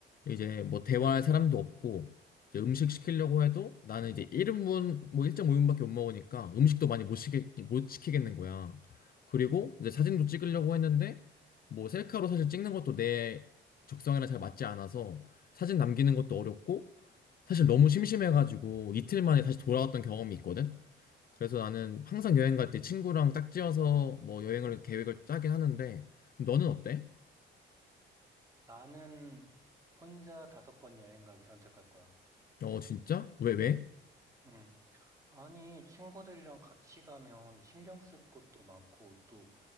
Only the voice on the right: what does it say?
나는 혼자 다섯 번 여행 가기 선택할 거야.
응. 아니, 친구들이랑 같이 가면 신경 쓸 것도 많고, 또,